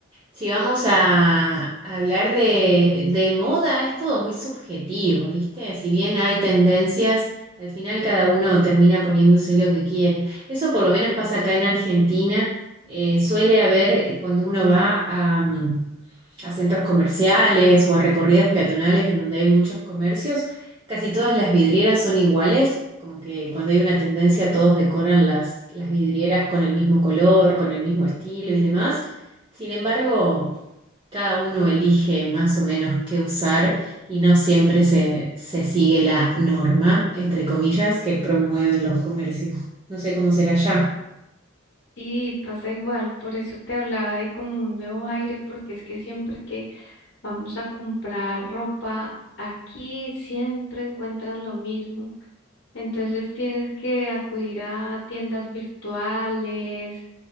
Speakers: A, on the right (about 25°); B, on the left (about 60°).
A: si vamos a hablar de, de moda, es todo muy subjetivo, ¿viste? Si bien hay tendencias, al final cada uno termina poniéndose lo que quiere. Eso por lo menos pasa acá en Argentina. eh, suele haber, cuando uno va a, mm, a centros comerciales o a recorridos peatonales en donde hay muchos comercios, casi todas las vidrieras son iguales, como que cuando hay una tendencia todos decoran las, las vidrieras con el mismo color, con el mismo estilo y demás. Sin embargo, cada uno elige más o menos qué usar y no siempre se, se sigue la norma, entre comillas, que promueven los comercios. No sé cómo será ya.
B: Y pasa igual, por eso te hablaba de como un nuevo aire, porque es que siempre que vamos a comprar ropa aquí, siempre encuentras lo mismo. Entonces tienes que acudir a tiendas virtuales